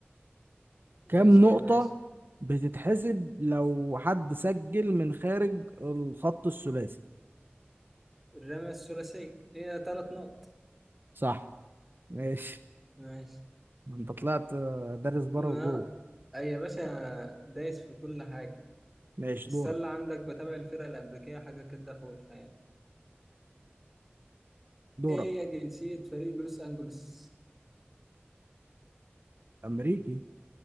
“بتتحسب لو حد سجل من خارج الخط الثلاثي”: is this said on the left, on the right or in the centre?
Right